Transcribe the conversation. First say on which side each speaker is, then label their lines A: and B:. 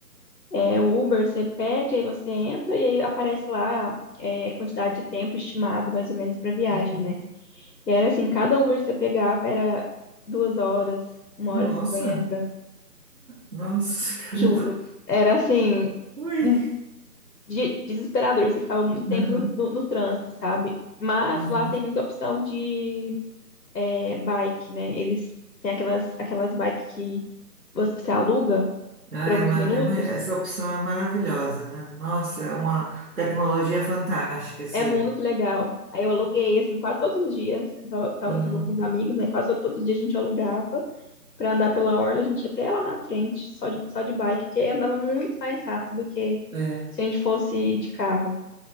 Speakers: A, on the left; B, on the right.
A: é, o Uber, você pede, aí você entra e aí aparece lá é, quantidade de tempo estimado, mais ou menos, para viagem,
B: Uhum.
A: né? E era assim, cada Uber que você pegava era duas horas, uma
B: Nossa,
A: hora e cinquenta,
B: nossa, <laughs>
A: juro.
B: caramba.
A: Era assim
B: Ui.
A: um de- desesperador, você ficava muito
B: Uhum.
A: tempo no, no, no trânsito, sabe? Mas
B: Uhum.
A: lá tem muita opção de é, bike, né? Eles têm aquelas, aquelas bikes que você você aluga
B: Ah,
A: por alguns
B: é uma,
A: minutos.
B: é mui- essa opção é maravilhosa, né? Nossa, é uma tecnologia fantástica isso
A: É
B: aí.
A: muito legal. Aí eu aluguei, assim, quase todos os dias. Eu tava, tava-
B: Uhum.
A: eu tava com os amigos, né? Quase todos os dias a gente alugava pra andar pela orla. A gente ia até lá na frente, só de, só de bike, porque andava muito mais rápido do que
B: É,
A: se a gente fosse de carro,